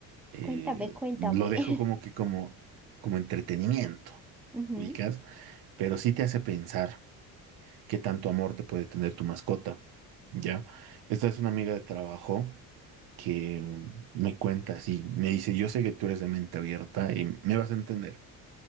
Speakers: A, on the right; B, in the centre.
A: Eh,
B: Cuéntame, cuéntame.
A: lo dejo
B: <laughs>
A: como que como, como entretenimiento,
B: Ujú,
A: ubicas, pero sí te hace pensar qué tanto amor te puede tener tu mascota, ¿ya? Esta es una amiga de trabajo que me cuenta así, me dice, yo sé que tú eres de mente abierta y me vas a entender